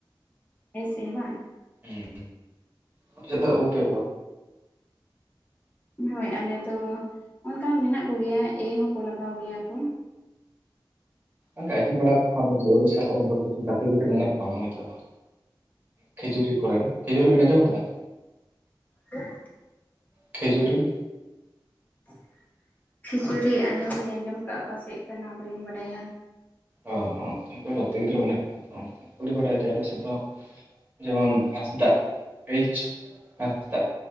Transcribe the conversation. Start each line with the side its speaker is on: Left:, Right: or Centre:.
Left: ᱮᱥ ᱮ ᱵᱟᱝ
Right: ᱦᱮᱸ ᱟᱯᱮᱫᱚ ᱳ ᱯᱮ
Left: ᱦᱳᱭ ᱟᱞᱮ ᱫᱚ ᱚᱱᱠᱟ ᱦᱚᱸ ᱢᱮᱱᱟᱜ ᱠᱚᱜᱮᱭᱟ ᱮ ᱦᱚᱸᱠᱚ ᱞᱟᱜᱟᱣ ᱜᱮᱭᱟ ᱠᱚ᱾
Right: ᱚᱱᱠᱟ ᱟᱸᱡᱚᱢ ᱵᱟᱲᱟ ᱠᱟᱜ ᱠᱟᱣᱟ ᱞᱮ ᱡᱮ ᱩᱲᱤᱥᱥᱟ ᱠᱚ ᱨᱮᱱ ᱫᱚ ᱠᱤᱪᱷᱩ ᱜᱟᱛᱮ ᱜᱤᱫᱽᱨᱟᱹ ᱢᱮᱱᱟᱜ ᱠᱚᱣᱟ᱾ ᱠᱷᱤᱡᱩᱨᱤ ᱠᱚᱨᱮᱱ ᱠᱷᱤᱡᱩᱨᱤ ᱵᱤᱱ ᱟᱸᱡᱚᱢ ᱟᱠᱟᱫᱟ?
Left: ᱦᱮ <unintelligible>
Right: ᱠᱷᱤᱡᱩᱨᱤ?
Left: <inaudible> ᱠᱷᱤᱡᱩᱨᱤ ᱟᱸᱡᱚᱢ ᱫᱚᱞᱤᱧ ᱟᱸᱡᱚᱢ ᱠᱟᱜᱼᱟ ᱚᱠᱟ ᱥᱮᱫ ᱠᱟᱱᱟ ᱵᱞᱤᱧ ᱵᱟᱰᱟᱭᱟ ᱾
Right: ᱚ ᱚᱱᱛᱮ ᱠᱚ ᱜᱟᱛᱮ ᱜᱤᱫᱽᱨᱟᱹ ᱢᱮᱱᱟᱜ ᱠᱟᱜ ᱠᱚᱣᱟ ᱛᱚ ᱚᱱᱛᱮ ᱠᱩᱞᱤ ᱵᱟᱲᱟᱭᱟ ᱡᱮ ᱟᱞᱮ ᱥᱮᱫ ᱫᱚ ᱡᱮᱢᱚᱱ ᱦᱟᱸᱥᱫᱟᱜ ᱮᱭᱤᱪ ᱦᱟᱸᱥᱫᱟ